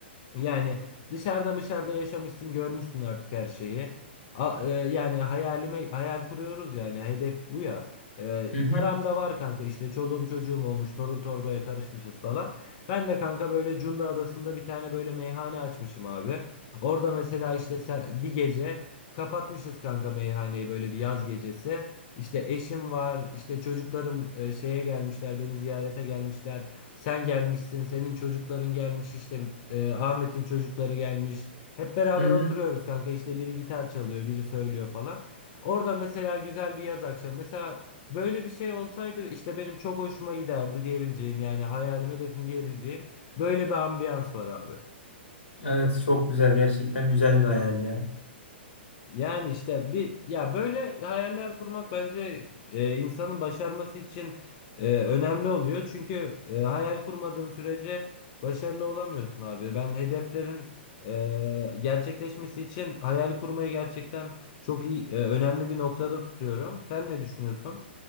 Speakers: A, on the left; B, on the left.
A: Yani dışarıda dışarıda yaşamışsın, görmüşsün artık her şeyi. A- e, yani hayalime hayal kuruyoruz yani hedef bu ya. E,
B: Hı hı.
A: param da var kanka işte çoluğum çocuğum olmuş torun torbaya karışmışız falan. Ben de kanka böyle Cunda Adası'nda bir tane böyle meyhane açmışım abi. Orada mesela işte se- bir gece kapatmışız kanka meyhaneyi böyle bir yaz gecesi. İşte eşim var, işte çocuklarım e, şeye gelmişler, beni ziyarete gelmişler. Sen gelmişsin, senin çocukların gelmiş işte e, Ahmet'in çocukları gelmiş. Hep beraber
B: Hı hı.
A: oturuyoruz kanka işte biri gitar çalıyor, biri söylüyor falan. Orada mesela güzel bir yaz akşamı. Mesela böyle bir şey olsaydı işte benim çok hoşuma giderdi diyebileceğim yani hayalim hedefim diyebileceğim böyle bir ambiyans var abi.
B: Evet çok güzel. Gerçekten güzel bir hayal ya.
A: Yani işte bir ya böyle hayaller kurmak bence e, insanın başarması için e, önemli oluyor. Çünkü e, hayal kurmadığın sürece başarılı olamıyorsun abi. Ben hedeflerin e, gerçekleşmesi için hayal kurmayı gerçekten çok iyi e, önemli bir noktada tutuyorum. Sen ne düşünüyorsun?